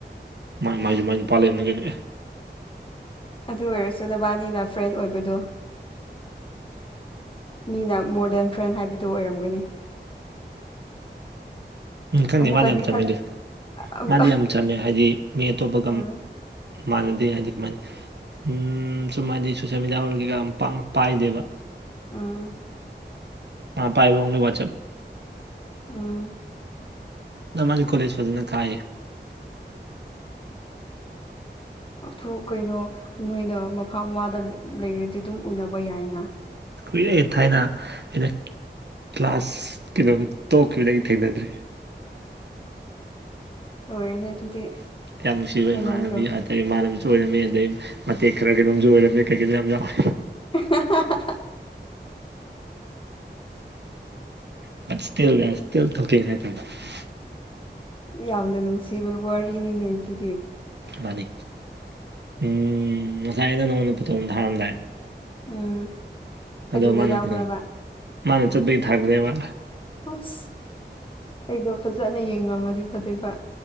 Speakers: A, on the right; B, on the left.
A: ꯃꯥꯏ ꯃꯥꯏꯁꯨ ꯃꯥꯏ ꯅꯨꯄꯥ ꯂꯩꯕꯅꯤ ꯀꯩꯅꯣ
B: ꯑꯗꯨ ꯑꯣꯏꯔꯁꯨ ꯅꯕꯥꯅꯤꯅ ꯐ꯭ꯔꯦꯟ ꯑꯣꯏꯕꯗꯣ ꯃꯤꯅ ꯃꯣꯔ ꯗꯦꯟ ꯐ꯭ꯔꯦꯟ ꯍꯥꯏꯕꯗꯨ ꯑꯣꯏꯔꯝꯒꯅꯤ <inaudible>
A: ꯎꯝ ꯈꯪꯗꯦ
B: ꯑꯃꯨꯛꯀꯗꯤ
A: ꯃꯥꯗꯤ ꯌꯥꯝ ꯆꯝꯃꯤꯗꯨ
B: ꯈꯠ ꯑꯃꯨꯛ
A: ꯃꯥꯗꯤ ꯌꯥꯝ ꯆꯝꯃꯦ ꯍꯥꯏꯗꯤ ꯃꯤ ꯑꯇꯣꯞꯄꯒ
B: ꯎꯝ
A: ꯃꯥꯟꯅꯗꯦ ꯍꯥꯏꯗꯤ ꯀꯃꯥꯏꯅ ꯎꯝ ꯁꯨꯝ ꯍꯥꯏꯗꯤ ꯁꯣꯁꯦꯜ ꯃꯦꯗꯤꯌꯥ ꯑꯣꯏꯔꯥ ꯀꯩꯀꯥ ꯄꯥꯛꯅꯥ ꯄꯥꯏꯗꯦꯕ
B: ꯎꯝ
A: <unintelligible>
B: ꯎꯝ
A: ꯃꯥꯗꯤ ꯀꯣꯂꯦꯖ ꯐꯖꯅ ꯀꯥꯏꯌꯦ
B: ꯥꯑꯗꯨ ꯀꯩꯅꯣ ꯅꯣꯏꯅ ꯃꯐꯝ ꯃꯥꯗ ꯂꯩꯔꯗꯤ ꯑꯗꯨꯝ ꯎꯅꯕ ꯌꯥꯏꯅ
A: ꯀꯨꯏꯔꯦ ꯊꯥꯏꯅ ꯑꯩꯅ ꯀ꯭ꯂꯥꯁ ꯀꯩꯅꯣ ꯇꯣꯛꯈꯤꯕꯥꯗꯩꯩ ꯊꯦꯡꯅꯗꯔꯦ
B: ꯂꯣꯏꯍꯦꯔꯦ ꯑꯗꯨꯗꯤ
A: ꯌꯥꯝ ꯅꯨꯡꯁꯤꯕꯥ
B: ꯍꯦꯟꯃꯟꯗ꯭ꯔꯣ
A: ꯏꯃꯥꯥꯅꯕꯤꯅꯦ ꯑꯗꯨ ꯑꯩ ꯏꯃꯥꯟꯅꯕꯤꯁꯨ ꯑꯣꯏꯔꯝꯃꯦ ꯑꯗꯩ ꯃꯇꯦꯛ ꯈꯔꯥ ꯀꯩꯅꯣꯝꯁꯨ ꯑꯣꯏꯔꯝꯃꯦ ꯀꯩ ꯀꯩꯅꯣ ꯌꯥꯝ ꯌꯥꯎꯋꯦ
B: <unintelligible>
A: <unintelligible>
B: ꯌꯥꯝꯅ ꯅꯨꯡꯁꯤꯕ ꯋꯥꯔꯤꯅꯤꯅꯦ ꯑꯗꯨꯗꯤ
A: ꯃꯥꯅꯤ ꯎꯝ ꯉꯁꯥꯏꯅꯥ ꯅꯪꯉꯣꯟꯗꯥ ꯐꯣꯇꯣ ꯑꯃꯥ ꯊꯥꯔꯝꯗꯥꯏ
B: ꯎꯝ
A: ꯑꯗꯣ
B: ꯑꯗꯨꯗ
A: ꯃꯥꯅ
B: ꯌꯥꯎꯕ꯭ꯔꯕ
A: ꯑꯗꯨꯝ ꯃꯥꯅ ꯆꯠꯄꯒꯤ ꯊꯥꯔꯛꯄꯥꯅꯦꯕ
B: ꯑꯁ ꯑꯩꯗꯣ ꯐꯖꯥꯅ ꯌꯦꯡꯉꯝꯃꯗꯤ ꯐꯥꯗꯣꯏꯕꯥ